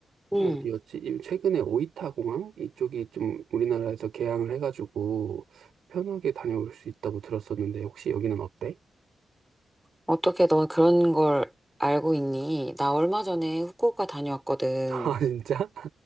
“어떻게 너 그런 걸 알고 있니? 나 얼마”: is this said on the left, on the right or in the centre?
Centre